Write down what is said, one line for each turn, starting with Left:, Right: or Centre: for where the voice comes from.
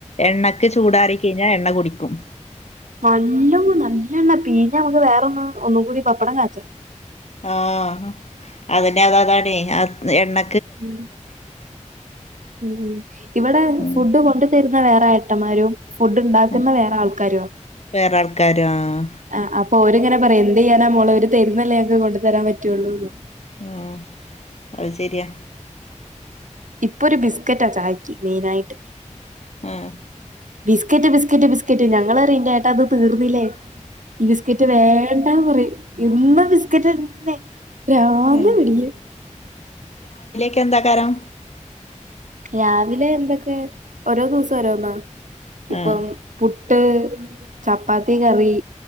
Left: എണ്ണയ്ക്ക് ചൂടാറി കൈഞ്ഞാ എണ്ണ കുടിക്കും.
Right: നല്ലൊ നല്ലണ്ണ പീഞ്ഞ മുക്ക് വേറൊന്ന് ഒന്നു കൂടി പപ്പടം കാച്ച.
Left: ആഹ് അതിന്റെ അത അതാണെ ആ എണ്ണ
Right: ഉം ഉം ഇവിടെ
Left: ഉം
Right: ഫുഡ് കൊണ്ട് തരു വേറെ ഏട്ടന്മാരോ ഫുഡ് ഉണ്ടാക്കുന്ന
Left: ഉം
Right: വേറെ ആൾക്കാരുഅ
Left: വേറെ ആൾക്കാര് ആഹ്
Right: അ അപ് ഓരിങ്ങനെ പറയും എന്ത് യ്യാനാ മോളെ ഒര് തരുന്നല്ലേ ഞക്ക് കൊണ്ടു തരാൻ പറ്റുവള്ളൂന്ന്.
Left: ആ അഹ് സെര്യാ.
Right: ഇപ്പൊ ഒരു ബിസ്കറ്റാ ചായക്ക്യ് മെയിനായിട്ട്.
Left: ആഹ്
Right: ബിസ്ക്കറ്റ് ബിസ്ക്കറ്റ് ബിസ്കറ്റ് ഞങ്ങളറിയും എന്റേട്ടാത് തീർന്നില്ലേ? ഈ ബിസ്കറ്റ് വേണ്ടാ... പറയും എന്നു ബിസ്കറ്റന്നെ. <unintelligible>
Left: ഉം ന്തേകാരം.
Right: രാവിലെ എന്തൊക്കെ ഓരോ ദിവസൊ ഓരോന്നോ ഇപ്പം
Left: ആഹ്
Right: പു ട്ട് ചപ്പാത്തി കറി.